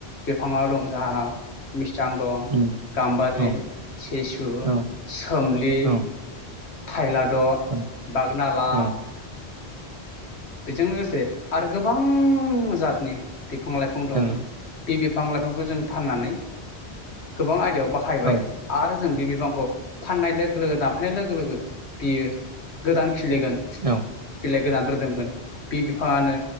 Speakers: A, on the left; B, on the right.
A: बिफाङाव दं जाहानाव मिस सां दं
B: उम,
A: गाम्बारि
B: औ
A: सिसु
B: औ
A: सोमलि
B: औ
A: थाइलाद'
B: औ
A: बागनाला
B: औ
A: बिजों लोगोसे आरो गोबां जादनि बिफां लाइफां दं
B: दोङो
A: बे बि बिफां लाइफांखौ जों फाननानै गोबां आयदायाव, बाहायबाय
B: औ
A: आरो जों बे फाननाय लोगो लोगो दानफायनाय लोगो लोगो बियो गोदान खिलिगोन
B: औ
A: बेलेग गोदान रोदोमगोन, बि बिफाङानो